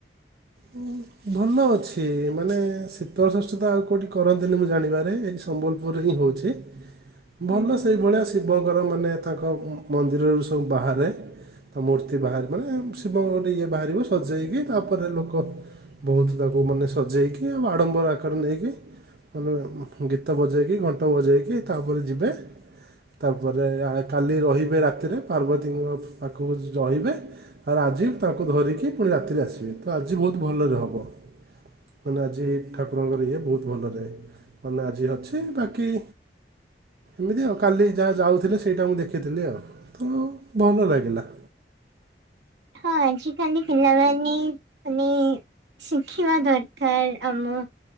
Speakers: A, on the right; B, on the right.
A: ହୁଁ। ଭଲ ଅଛି ମାନେ ଶୀତଳଷଷ୍ଠୀ ତ ଆଉ କେଉଠି କରନ୍ତିନି, ମୁଁ ଜାଣିବାରେ ଏଇଠି ସମ୍ବଲପୁରରେ ହିଁ ହଉଛି। ଭଲ
B: ହୁଁ
A: ସେଇଭଳିଆ ଶିବଙ୍କର ମାନେ ତାଙ୍କ ମନ୍ଦିରରୁ ସବୁ ବାହାରେ। ତା ମୂର୍ତ୍ତି ବାହାରିବ ମାନେ ଶିବ ଇଏ ବାହାରିବ ସଜେଇକି ତାପରେ ଲୋକ ବହୁତ ତାକୁ ମାନେ ସଜେଇକି ଆଉ ଆଡ଼ମ୍ବର ଆକାର ନେଇକି ମାନେ ଗୀତ ବଜେଇକି, ଘଣ୍ଟ ବଜେଇକି, ତାପରେ ଯିବେ। ତାପରେ କାଲି ରହିବେ ରାତିରେ ପାର୍ବତୀଙ୍କ ପାଖକୁ ରହିବେ। ଆରେ ଆଜି ତାଙ୍କୁ ଧରିକି ପୁଣି ରାତିରେ ଆସିବେ ତ ଆଜି ବହୁତ ଭଲରେ ହବ। ମାନେ ଆଜି ଠାକୁରଙ୍କର ଇଏ ବହୁତ ଭଲ ରେ ମାନେ ଆଜି ଅଛି, ବାକି ଏମିତି ଆଉ କାଲି ଯାହା ଯାଉଥିଲେ ସେଇଟା ମୁଁ ଦେଖିଥିଲି, ଆଉ ତ ଭଲ ଲାଗିଲା।
B: ହଁ ଆଜିିକାଲି ପିଲାମାନେ ମାନେ ଶିଖିବା ଦରକାର ଆମ